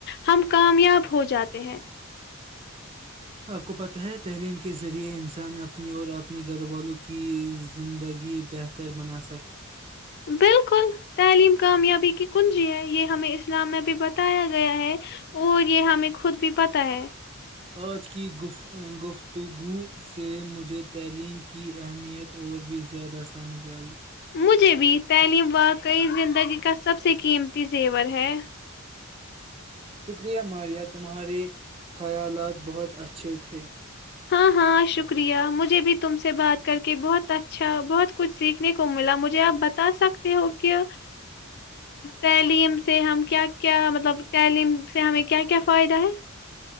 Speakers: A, on the left (about 50°); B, on the right (about 25°).
A: ہم کامیاب ہو جاتے ہیں
B: آپ کو پتہ ہے تعلیم کے ذریعے انسان اپنی اور اپنے گھر والوں کی زندگی بہتر بنا سک
A: بالکل تعلیم کامیابی کی کنجی ہے یہ ہمیں اسلام میں بھی بتایا گیا ہے اور یہ ہمیں خود بھی پتہ ہے
B: آج کی گفتگو سے مجھے تعلیم کی اہمیت اور بھی زیادہ سمجھ آئی
A: مجھے بھی تعلیم واقعی زندگی کا سب سے قیمتی زیور ہے
B: شکریہ ماریا تمہارے خیالات بہت اچھے تھے
A: ہاں ہاں شکریہ مجھے بھی تم سے بات کر کے بہت اچھا بہت کچھ سیکھنے کو ملا مجھے آپ بتا سکتے ہو کہ تعلیم سے ہم کیا کیا مطلب تعلیم سے ہمیں کیا کیا فائدہ ہے